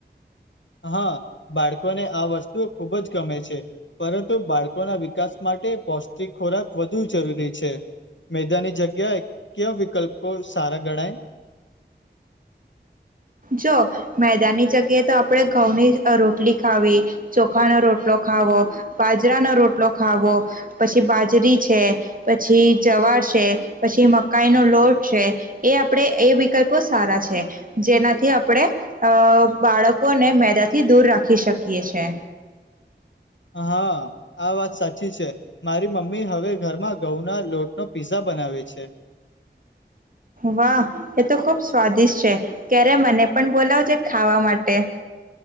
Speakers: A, on the left (about 75°); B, on the right (about 45°).
A: હા બાળકોને આ વસ્તુઓ ખુબ જ ગમે છે પરંતુ બાળકોના વિકાસ માટે પો સ્ટીક ખોરાક વધુ જરૂરી છે‌. મેદાની જગ્યા ક્ય વિકલ્પો સારા ગણાય
B: જો મેદાનની જગ્યાએ તો આપણેે ઘઉની રોટલી ખાવી ચોખાનો રોટલો ખાવો બાજરાનો રોટલો ખાવો પછી બાજરી છે પછી જવા પછી મકાઈ નો લોટ છે એ આપણે એ વિકલ્પો સારા છે જેના થી આપણે અ બાળકોને મેદાથી દૂર રાખી શકીએ છે.
A: હા આ વાત સાચી છે મારી મમ્મી હવે ઘરમાં ઘઉં ના લોટનો પીઝા બનાવે છે.
B: વાહ એ તો ખુબ સ્વાદિષ્ટ છે ક્યારે મને પણ બોલાવજ ખાવા માટે